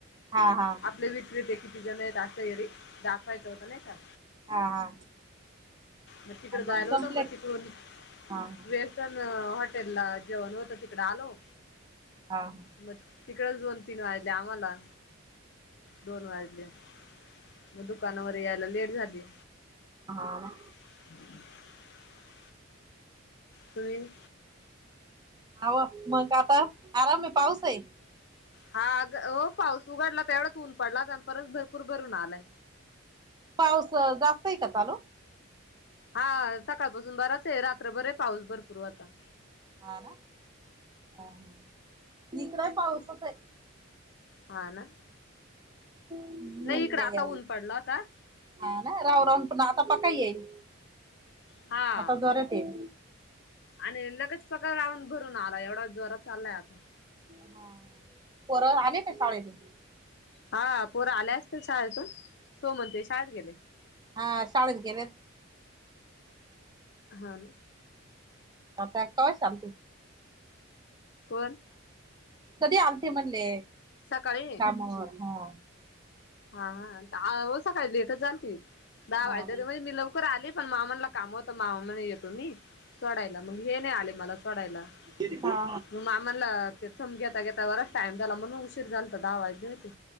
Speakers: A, on the right (about 20°); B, on the left (about 55°).
A: हा हा.
B: आपले विक्रीेते किती जण आहेत असं एरी दाखवायचं होतं नाही का
A: हा हा.
B: मग तिकडें
A: आणि
B: जायला
A: संपले
B: होत, मग तिकडून
A: हा
B: वेळ पण, हॉटेला जेवण होत तिकडे आलो
A: हा.
B: म तिकडेच दोन, तीन वाजले आम्हाला दोन वाजले, मग दुकानावर यायला लेट झाली
A: हा.
B: <inaudible> तुम्ही
A: आवं मग आता आराम ये. पाऊस ये.
B: हा अग हो पाऊस उघडला, तर तेवढाच ऊन पडला आणि परत भरपूर भरून आलाय,
A: पाऊस जास्त आहे का चालू?
B: हा सकाळपासून बराचये, रात्रभर ये पाऊस भरपूर होता.
A: हा ना, हा हा इकडेही पाऊसच ये.
B: हा ना,
A: म्हणले
B: नाही इकड आता, ऊन पडला होता.
A: हा ना, राहून, राहून पुन्हा आता पका येईल
B: हा.
A: आता जोरात येईल.
B: आणि लगेच पका राहून भरून आला एवढा जोरात चालाय आता
A: हा, पोरा आले का शाळेतून?
B: हा पोरा आले असतील शाळेतून, सो म्हणते शाळेत गेले.
A: हा शाळेत गेलेत.
B: हा ना.
A: आता काय शांती
B: कोण?
A: कधी आलते म्हणले
B: सकाळी
A: कामावर हा
B: हा हा आवोज सकाळीच लेटच आलती दहा
A: हा
B: वाजले म्हणजे मी लवकर आली पण, मामानला काम होतं. मामा म्हणे येतो मी सोडायला मग हे नाही आले मला सोडायला.
A: हा
B: मग मामाला थंम घेता घेता बराच टाइम झाला म्हणून उशीर झालता दहा वाजले होते.